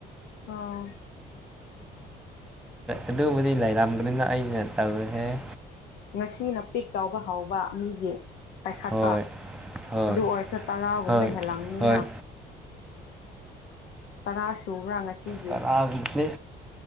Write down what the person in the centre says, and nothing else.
ꯑꯗꯨꯕꯨꯗꯤ ꯂꯩꯔꯝꯕꯅꯤꯅ ꯑꯩꯅ ꯇꯧꯋꯤꯍ‌ꯦ
ꯍꯣꯏ ꯍꯣꯏ
ꯍꯣꯏ
ꯍꯣꯏ
ꯇꯔꯥꯕꯨꯛꯇꯤ